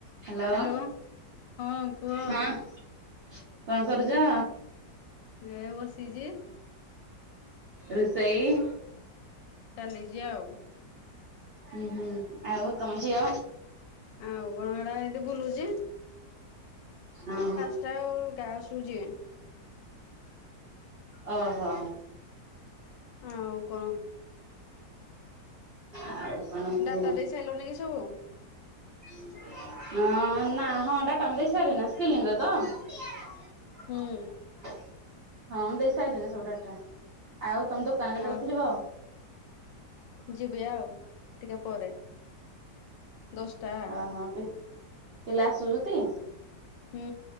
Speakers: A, on the right (about 50°); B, on the left (about 85°).
A: Hello
B: hello ହଁ କୁହ
A: ହଁ। କଣ କରୁଛ?
B: ଏ ବସିଛି
A: ରୋଷେଇ
B: ଚାଲିଛି ଆଉ।
A: ହୁଁ ହୁଁ। ଆଉ ତମ ଝିଅ?
B: ଆଉ କଣ ହେରା ଏମିତି ବୁଲୁଛି
A: ଓ ହୋ।
B: ଚାଉଳ ଅଲଗା ଆସୁ ଯିଏ।
A: ଓ ହୋ।
B: ଆଉ କଣ?
A: ଆଉ କଣ କୁହ?
B: ଡାଟା ଦେଇ ସାରିଲନି କି ସବୁ
A: ହୁଁ। ନାଁ ନାଁ ହଣ୍ଡା ଟା ମୁଁ ଦେଇ ସାଇଲେଇଁ ନା ସ୍ପିଲିଂରେ ତ? ହଁ
B: ହୁଁ
A: ମୁଁ ଦେଇସାରିଲେଣି ନା ସବୁ ଡାଟା। ଆଉ ତମ ଦୋକାନ କେତେବେଳେ
B: ଆଉ
A: ଖୋଲିବ?
B: ଯିବି ଆଉ ଟିକେ ପରେ। ଦଶଟା
A: ଓହୋ, ପି-ପିଲା ଆସୁଚୁତି?
B: ହୁଁ,